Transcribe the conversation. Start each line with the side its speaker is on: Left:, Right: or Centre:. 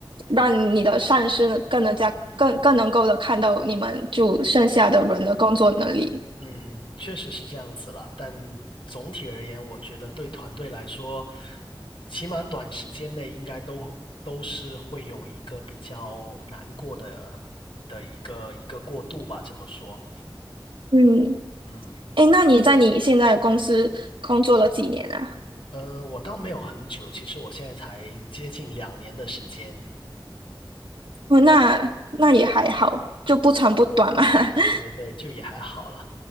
Right: 让你的上司呢更能加更更能够的看到你们就剩下的人的工作能力。
Left: 嗯，确实是这样子啦，但总体而言，我觉得对团队来说，起码短时间内应该都都是会有一个比较难过的的一个一个过渡吧，这么说。
Right: 嗯，
Left: 嗯
Right: 哎，那你在你现在的公司工作了几年啊？
Left: 嗯，呃我倒没有很久，其实我现在才接近两年的时间，
Right: 哦，那那也还好，就不长不短嘛。<laughs>
Left: 呃，对，就也还好啦。